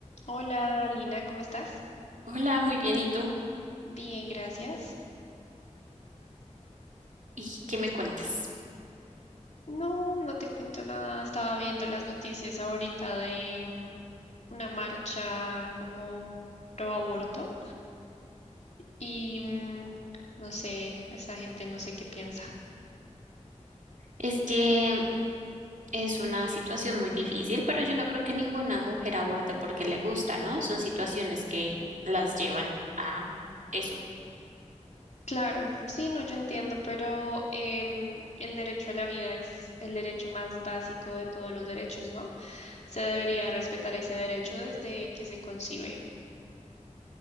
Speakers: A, on the left (about 65°); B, on the right (about 80°).
A: Hola Lina, ¿cómo estás?
B: Hola, muy bien, ¿y tú?
A: Bien, gracias.
B: ¿Y qué me cuentas?
A: No, no te cuento nada. Estaba viendo las noticias ahorita de mm, una marcha como pro aborto y mm, no sé, esa gente no sé qué piensa.
B: Es que es una situación muy difícil, pero yo no creo que ninguna mujer aborte porque le gusta, ¿no? Son situaciones que las llevan a eso.
A: Claro, sí, no, yo entiendo, pero em, el derecho a la vida es el derecho más básico de todos los derechos, ¿no? Se debería respetar ese derecho desde que se concibe.